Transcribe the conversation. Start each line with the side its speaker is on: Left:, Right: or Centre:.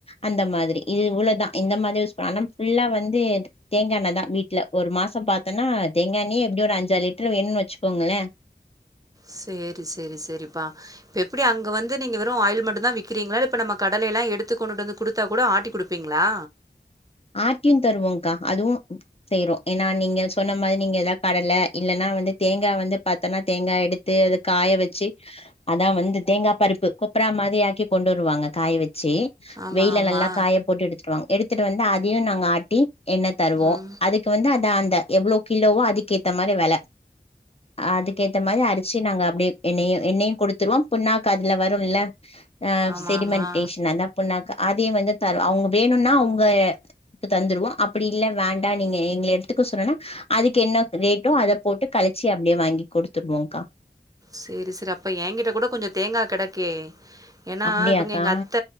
Left: அந்த மாதிரி இது இவ்ளோதா இந்த மாதிரி யூஸ் பண்ணாலு ஃபுல்லா வந்து தேங்கா எண்ணெதா வீட்ல ஒரு மாசோ பாத்தோன்னா தேங்கா எண்ணயே எப்டியு ஒரு அஞ்சாறு லிட்ரு வேணுன்னு வெச்சுக்கோங்களே
Right: சேரி சேரி சேரிப்பா இப்ப எப்டி அங்க வந்து நீங்க வெறு ஆயில் மட்டுந்தா விக்கிறீங்களா இல்ல இப்ப நம்ம கடல எல்லா எடுத்து கொண்டுட்டு வந்து குடுத்தா கூட ஆட்டி குடுப்பீங்களா
Left: ஆட்டியு தருவோங்க்கா அதுவு செய்றோ ஏன்னா நீங்க சொன்ன மாரி நீங்க எதா கடல இல்லன்னா வந்து தேங்கா வந்து பாத்தோன்னா தேங்கா எடுத்து அது காய வச்சு அதா வந்து தேங்கா பருப்பு கொப்ரா மாரி ஆக்கி கொண்டு வருவாங்க காய வச்சி
Right: ஆமா
Left: வெயில்ல
Right: ஆமா
Left: நல்லா காய போட்டு எடுத்துட்டு வருவாங் எடுத் துட்டு வந்து அ தயு நாங்க ஆட்டி எண்ணெ தருவோ
Right: ம்
Left: அதுக்கு வந்து அத அந்த எவ்ளோ கிலோவோ அதுக்கேத்த மாரி வெல அதுக்கேத்த மாரி அரச்சு நாங்க அப்டியே எண்ணெயு எண்ணெயு குடுத்துருவோ புண்ணாக்கு அதுல வரு இல்ல ஆ
Right: ஆமா
Left: செடிமென்டேஷன்
Right: ஆமா
Left: அதா புண்ணாக்கா அதையு வந்து தருவோ அவுங்க வேணுன்னா அவுங்க ளுக்கு தந்துருவோ அப்பிடி இல்ல வேண்டா நீங்க எங்கள எடுத்துக்க சொன்னோனா அதுக்கு என்ன ரேட்டோ அத போட்டு கழிச்சு அப்டியே வாங்கி குடுத்துருவோங்க்கா
Right: சேரி சேரி அப்ப ஏங்கிட்ட கூட கொஞ்ச தேங்கா கெடக்கே ஏன்னா
Left: அப்படியாக்கா
Right: இவங்க எங்க அத்த